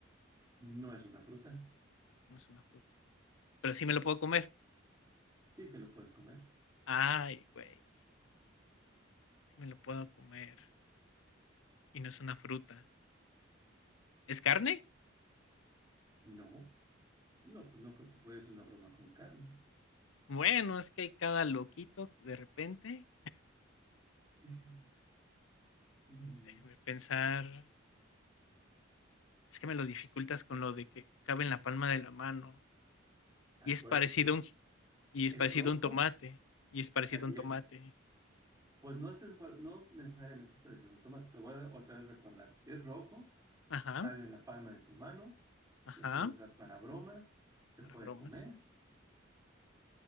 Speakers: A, on the right (about 20°); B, on the left (about 85°).
A: No es una fruta.
B: No es una fruta. Pero sí me lo puedo comer.
A: Sí, te lo puedes comer.
B: Ay, güey. Sí me lo puedo comer. Y no es una fruta. ¿Es carne?
A: No, no, pues no creo que juegues una broma con carne.
B: Bueno, es que hay cada loquito de repente.
A: <laughs> Mm,
B: Mm, Déjame pensar. es que me lo dificultas con lo de que cabe en la palma de la mano.
A: Acuérdate
B: Y es parecido
A: que
B: a un, y es
A: es
B: parecido
A: rojo.
B: a un tomate. Y es parecido
A: Fíjate,
B: a un
A: ya,
B: tomate.
A: pues no es, igual- no necesariamente es parecido. Toma, te voy a otra vez recordar. Es rojo,
B: Ajá,
A: cabe en la palma de tu mano.
B: ajá,
A: Se puede usar para bromas. Se
B: para
A: puede
B: bromas.
A: comer.